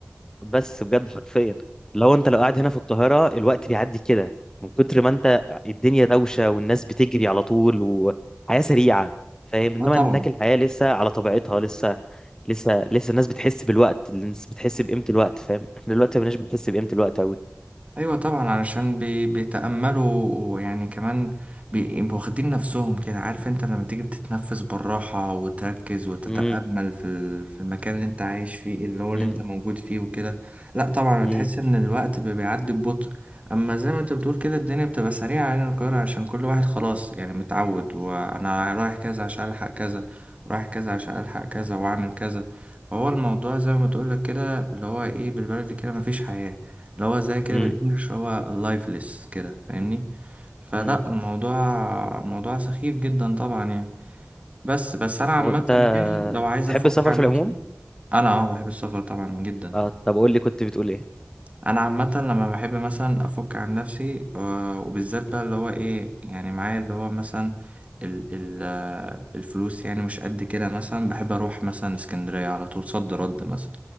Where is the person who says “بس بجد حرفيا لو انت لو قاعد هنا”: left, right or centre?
Left